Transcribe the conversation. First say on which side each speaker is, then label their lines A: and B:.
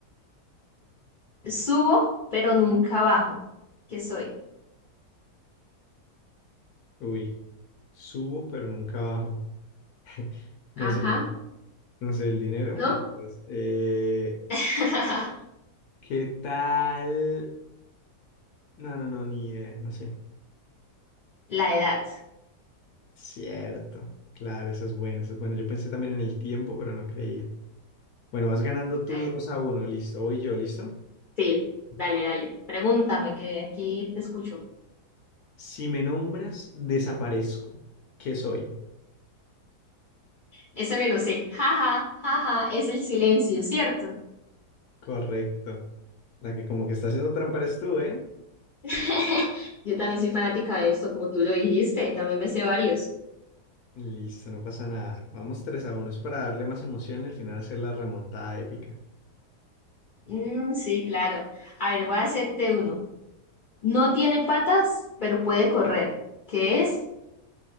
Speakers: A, on the left; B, on the left.
A: Subo, pero nunca bajo. ¿Qué soy?
B: Uy. Subo, pero nunca bajo. <laughs> No
A: Ajá,
B: sé, no sé, el dinero.
A: ¿no?
B: No, mentiras. Eh,
A: <laughs>
B: ¿qué tal? No, no, no, ni idea, no sé.
A: La edad.
B: Cierto. Claro, eso es bueno, eso es bueno. Yo pensé también en el tiempo, pero no creía. Bueno, vas ganando tú
A: La edad.
B: 2 a uno, listo, voy yo, listo.
A: Sí, dale, dale. Pregúntame, que aquí te escucho.
B: Si me nombras, desaparezco. ¿Qué soy?
A: Ese me lo sé. Jaja, jaja, es el silencio, ¿cierto?
B: Correcto. La que como que está haciendo trampa eres tú, ¿eh?
A: <laughs> Yo también soy fanática de esto, como tú lo dijiste. También me sé varios.
B: Listo, no pasa nada. Vamos 3 a uno. es para darle más emoción y al final hacer la remontada épica.
A: Mm, sí, claro. A ver, voy a hacerte uno. No tiene patas, pero puede correr. ¿Qué es?